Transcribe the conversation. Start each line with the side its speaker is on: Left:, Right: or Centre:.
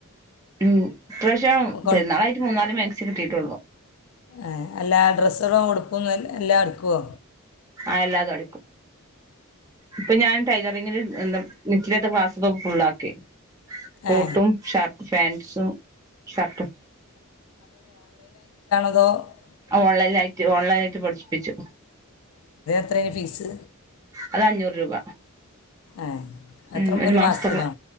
Right: ഉം ഇപ്രാശ്യം
Left: അപ്പോൾ
Right: പെര്ന്നാളായിട്ട് മൂന്നാല് മാക്സി ച്ച് കിട്ടീട്ടുള്ളു.
Left: ഏഹ് എല്ലാ ഡ്രസ്സ്കളും ഉടുപ്പ് എല്ലാം എടുക്കുവോ?
Right: ആഹ് എല്ലാതും എടുക്കും ഇപ്പൊ ഞാൻ ടൈറിങ്ങില് എഹ് <unintelligible> ക്ലാസ് ഫുൾള്ളാക്കി കോട്ടും
Left: ഏ
Right: ഷർട്ടും പാൻറ്സും ഷർട്ടും
Left: ഓഹ്
Right: ഓൺലൈൻ ആയിട്ട് ഓൺലൈൻ ആയിട്ട് പഠിച്ചു പഠിപ്പിച്ചു
Left: എത്രയായിന് ഫീസ്
Right: അത് അഞ്ഞൂറ് രൂപ
Left: ഏ എത്ര
Right: മ് ഒരു മാസത്തേക്ക്
Left: മാസത്തിനോ